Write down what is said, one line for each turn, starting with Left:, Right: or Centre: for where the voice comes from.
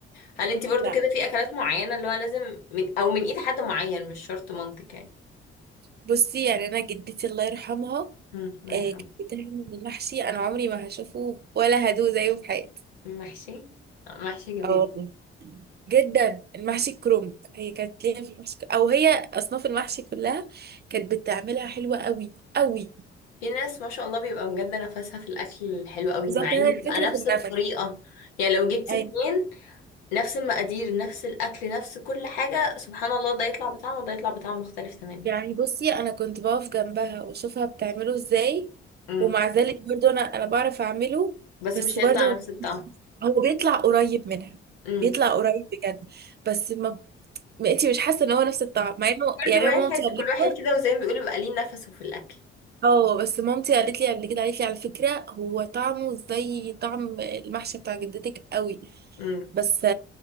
Left: هل انت برضو
Right: لا
Left: كده في اكلات معينة اللي هو لازم من او من ايد حد معين مش شرط مامتك يعني
Right: بصي يعني انا جدتي الله يرحمها
Left: امم الله
Right: آه،
Left: يرحمه
Right: كان بيتعمل من المحشي انا عمري ما هشوفه ولا هدوه زيه في حياتي
Left: محشي آه، محشي جميل
Right: اه والله جدا المحشي الكرنب هي كانت ليها في المحشي او هي اصناف المحشي كلها كانت بتعملها حلوه قوي قوي
Left: في ناس ما شاء الله بيبقى بجد نفسها في الاكل الحلو قوي
Right: بالظبط
Left: مع
Right: هي
Left: ان
Right: الفكره
Left: تبقى نفس
Right: في النفق
Left: الطريقة يعني لو جبتي
Right: اي
Left: اتنين نفس المقادير نفس الاكل نفس كل حاجة سبحان الله ده يطلع بطعم وده يطلع بطعم مختلف تماما
Right: يعني بصي انا كنت بقف جنبها واشوفها بتعمله ازاي
Left: امم
Right: ومع ذلك برضو انا انا بعرف اعمله
Left: بس
Right: بس
Left: مش هيطلع
Right: برضو
Left: نفس
Right: ما-
Left: الطعم
Right: هو بيطلع قريب منها
Left: امم
Right: بيطلع قريب بجد بس ما ما انتي مش حاسه ان هو نفس الطعم مع انه
Left: كل
Right: يعني
Left: واحد
Right: انا مامتي قبل
Left: كل واحد
Right: كده
Left: كده وزي ما بيقولوا بيبقى ليه نفسه في الاكل
Right: اه بس مامتي قالت لي قبل كده قالت لي على فكره هو طعمه زي طعم المحشي بتاع جدتك قوي
Left: امم
Right: بس